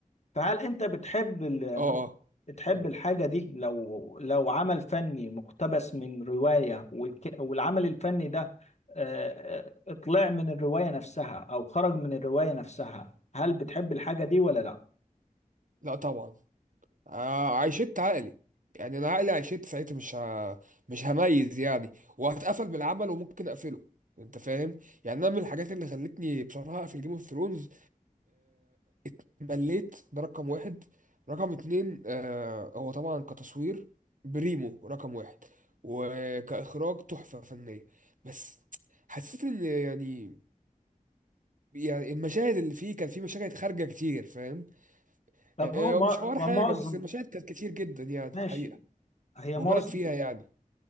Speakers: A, on the left; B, on the right.
A: فهل أنت بتحب ال-
B: اه اه
A: تحب
B: يعني
A: الحاجة دي لو لو عمل فني مقتبس من رواية والك... والعمل الفني ده آه، آه، طلع من الرواية نفسها أو خرج من الرواية نفسها هل بتحب الحاجة دي ولا لا؟
B: لا طبعا آه عيشت عقلي يعني انا عقلي عيشت ساعتها مش ه... مش هميز يعني وهتقفل بالعمل وممكن اقفله انت فاهم يعني انا من الحاجات اللي خلتني بصراحه اقفل جيم اوف ثرونز اتمليت ده رقم واحد رقم اتنين آه هو طبعا كتصوير بريمو رقم واحد وكاخراج تحفه فنيه بس حسيت ان يعني يعني المشاهد اللي فيه كان فيه مشاهد خارجه كتير فاهم
A: طب
B: آه،
A: هو ما
B: ومش حوار
A: ما
B: حاجة
A: معظم
B: بس المشاهد كانت كتير جدا يعني
A: ماشي
B: الحقيقة
A: هي
B: مبالغ
A: معظم
B: فيها يعني